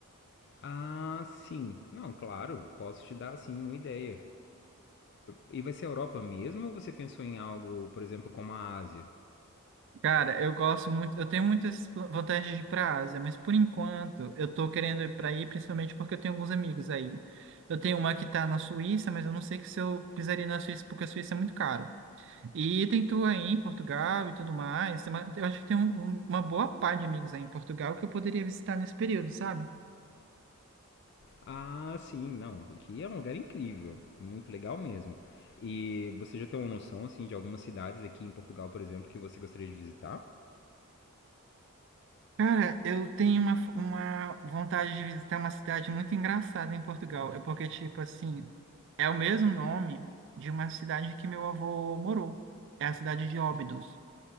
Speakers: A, on the left (about 50°); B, on the right (about 55°).
A: Ah, sim. Não, claro, posso te dar sim uma ideia. E vai ser a Europa mesmo ou você pensou em algo, por exemplo, como a Ásia?
B: Cara, eu gosto muito, eu tenho muitas pla- vantagens de ir para a Ásia, mas por enquanto eu tô querendo ir para aí, principalmente porque eu tenho alguns amigos aí. Eu tenho uma que tá na Suíça, mas eu não sei que se eu pisaria na Suíça, porque a Suíça é muito caro. E tem tu aí em Portugal e tudo mais. tem uma- Eu acho que tem um- um- uma boa pá de amigos aí em Portugal que eu poderia visitar nesse período, sabe?
A: Ah, sim, não. Aqui é um lugar incrível, muito legal mesmo. E você já tem uma noção assim de algumas cidades aqui em Portugal, por exemplo, que você gostaria de visitar?
B: Cara, eu tenho uma, uma vontade de visitar uma cidade muito engraçada em Portugal. É porque, tipo assim, é o mesmo nome de uma cidade que meu avô morou. É a cidade de Óbidos.